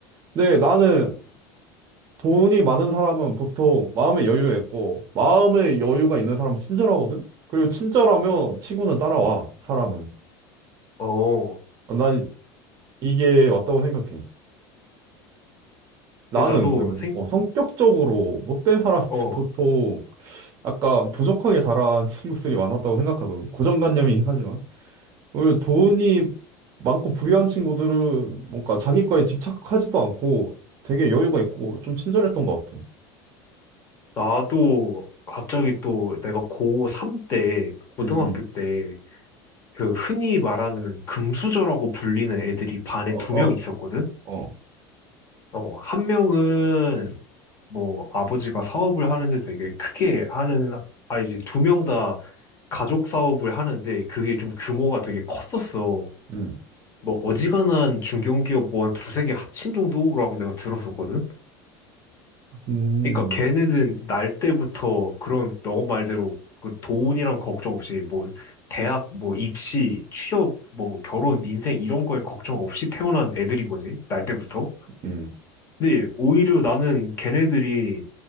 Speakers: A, on the right (about 35°); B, on the left (about 25°).
A: 근데 나는 돈이 많은 사람은 보통 마음의 여유 있고, 마음의 여유가 있는 사람은 친절하거든? 그리고 친절하면 친구는 따라와, 사람은.
B: 어.
A: 난 이게 맞다고 생각해. 나는
B: 근데 나도
A: 그,
B: 생,
A: 어, 성격적으로 못된 사람들
B: 어,
A: <laughs> 보통 약간 부족하게 자란 친구들이 많았다고 생각하거든. 고정관념이긴 하지만. 오히려 돈이 많고 부유한 친구들은 뭔가 자기 거에 집착하지도 않고 되게 여유가 있고 좀 친절했던 것 같아.
B: 나도 갑자기 또 내가 고3 때, 고등학교
A: 응, 응.
B: 때, 그 흔히 말하는 금수저라고 불리는 애들이 반에
A: 어,
B: 두 명
A: 어,
B: 있었거든?
A: 어.
B: 어, 한 명은 뭐 아버지가 사업을 하는데 되게 크게 하는, 아, 이제 두 명 다 가족 사업을 하는데 그게 좀 규모가 되게 컸었어.
A: 응
B: 뭐 어지간한 중견기업 뭐 한 두세 개 합친 정도라고 내가 들었었거든?
A: 음,
B: 그러니까 걔네들은 날 때부터 그런 너 말대로 그 돈이랑 걱정 없이 뭐 대학 뭐 입시 취업 뭐 결혼 인생 이런 거에 걱정 없이 태어난 애들인 거지 날 때부터
A: 음.
B: 근데 오히려 나는 걔네들이